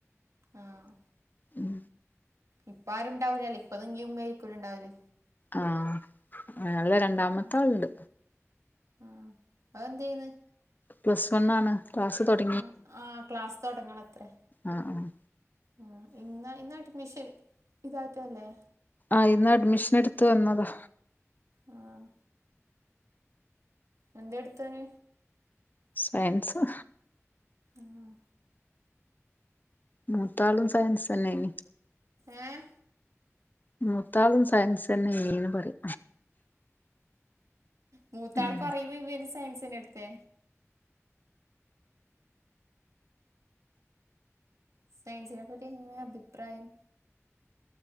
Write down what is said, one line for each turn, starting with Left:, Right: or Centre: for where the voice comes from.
Right: ആഹ്
Left: ഉം
Right: ഇപ്പ ആരുണ്ടാവൂലല്ലേ ഇപ്പൊ നിങ്ങീം ഉമ്മ ആയിരിക്കോലോ ഇണ്ടാവല്
Left: ആഹ് അല്ല രണ്ടാമത്തെ
Right: ആഹ്
Left: ആളുണ്ട്
Right: ആഹ് അതെന്തയ്യുന്ന്
Left: പ്ലസ് വൺ ആണ് ക്ലാസ്സ്‌ തൊട
Right: ആഹ് ആഹ് ക്ലാസ്സ് തൊടങ്ങണത്രേ
Left: ആഹ് ആഹ്
Right: ഉം ഇന്ന് ഇന്നഡ്മിഷൻ ഇതാറ്റല്ലേ
Left: ആഹ് ഇന്ന് അഡ്മിഷൻ ഇട്ത്ത് വന്നതാ
Right: ആഹ് എന്തേ ഇട്ത്തോന്
Left: സയൻസാ
Right: ആഹ്
Left: മൂത്താളും സയൻസ്സന്നേയ്ന്ന്.
Right: ഏഹ്
Left: മൂത്താളും സയൻസ് തന്നെ അയിന് ന്ന് പറ്യാ
Right: മൂത്താള്
Left: ഉം
Right: പറയുമ്പോ ഇവൻ സയൻസ് തന്നേ എടുത്തേ സയൻസിനെപ്പറ്റി എന്താ അഭിപ്രായം